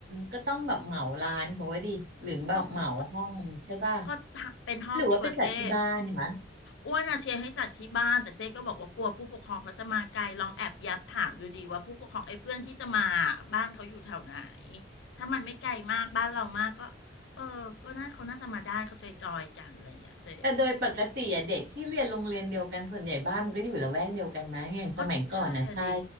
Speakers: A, on the right; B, on the left.
A: ก็ต้องแบบเหมาร้านเขาไว้ดิหรือแบบเหมาห้องใช่ป่ะ
B: ก็ต้องก็ก็เป็นห้องดีกว่าเจ๊
A: หรือว่าไปจัดที่บ้านวะ
B: อ้วนอะเชียร์ให้จัดที่บ้านแต่เจ๊ก็บอกว่ากลัวผู้ปกครองเขาจะมาไกลลองแอบแยับถามดูดีว่าผู้ปกครองไอ้เพื่อนที่จะมาบ้านเขาอยู่แถวไหนถ้ามันไม่ไกลมากบ้านเรามากก็เออก็น่าเขาน่าจะมาได้เขาจอยๆกันอะไรอย่างเงี้ยเจ๊
A: แต่โดยปกติอะเด็กที่เรียนโรงเรียนเดียวกันส่วนใหญ่บ้านมันก็อยู่ละแวกเดียวกันมั้ยอย่างสมัยก่อนนะใช่
B: ก็ใช่อะดิ